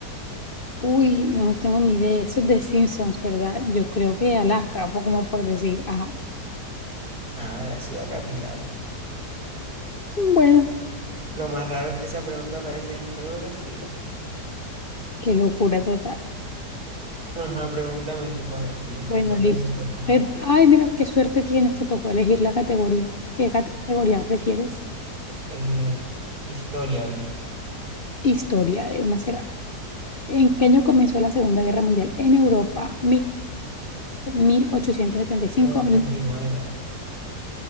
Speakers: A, on the left (about 40°); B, on the right (about 65°).
A: Uy, no tengo ni idea. Eso es de Simpsons, ¿verdad? Yo creo que Alaska, po- como por decir, ajá.
B: Nada de la Ciudad Capital.
A: Bueno,
B: Lo más raro es que esa pregunta aparece en geografía.
A: qué locura total.
B: Ajá, pregúntame tú para ver si de
A: Bueno,
B: pronto
A: listo.
B: pego botón.
A: Eh, Ay, mira, qué suerte tienes, te tocó elegir la categoría. ¿Qué categoría prefieres?
B: Eh, historia, a ver.
A: Historia de una será. ¿En qué año comenzó la Segunda Guerra Mundial en Europa? 1939, 1875.
B: En el 39.
A: Mm,